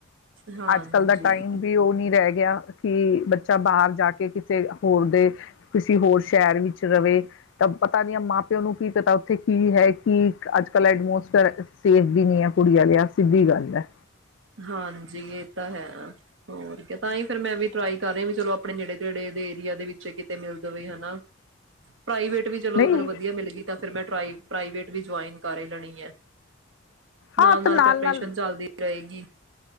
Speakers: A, on the right; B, on the left.
A: ਹਾਂਜੀ,
B: ਅੱਜ-ਕੱਲ ਦਾ ਟਾਈਮ ਵੀ ਉਹ ਨੀ ਰਹਿ ਗਿਆ, ਕਿ ਬੱਚਾ ਬਾਹਰ ਜਾ ਕੇ ਕਿਸੇ ਹੋਰ ਦੇ ਕਿਸੇ ਹੋਰ ਸ਼ਹਿਰ ਵਿੱਚ ਰਹੇ। ਤਾਂ ਪਤਾ ਨੀ ਆ, ਮਾਂ-ਪਿਓ ਨੂੰ ਕੀ ਪਤਾ ਉੱਥੇ ਕੀ ਹੈ। ਕੀ ਅੱਜ- ਕੱਲ ਐਟਮੋਸਫੇਅਰ ਸੇਫ ਵੀ ਨਹੀਂ ਹੈ, ਕੁੜੀ ਵਾਲਿਆਂ ਸਿੱਧੀ ਗੱਲ ਹੈ।
A: ਹਾਂਜੀ, ਇਹ ਤਾਂ ਹੈ। ਹੋਰ ਤਾਂ ਹੀ, ਫਿਰ ਮੈਂ ਵੀ ਟਰਾਈ ਕਰ ਰਿਹਾ ਵੀ ਚਲੋ, ਆਪਣੇ ਨੇੜੇ ਤੇੜੇ ਦੇ ਏਰੀਆ ਦੇ ਵਿੱਚ ਕਿਤੇ ਮਿਲ ਜਾਵੇ, ਹਨਾ। ਪ੍ਰਾਈਵੇਟ ਵੀ ਚਲੋ,
B: ਨਹੀਂ
A: ਅਗਰ ਵਧੀਆ ਮਿਲ ਗ ਤਾਂ ਫਿਰ ਮ ਪਰਾਈ ਪ੍ਰਾਈਵੇਟ ਵੀ ਜੁਆਇਨ ਕਰ ਲੈਣੀ ਹੈ। ਨਾਲ-ਨਾਲ
B: ਹਾਂ ਤਾਂ ਨਾਲ
A: ਪ੍ਰੈਪਰੇਸ਼ਨ
B: ਨਾਲ
A: ਚੱਲਦੀ ਰਹੇਗੀ।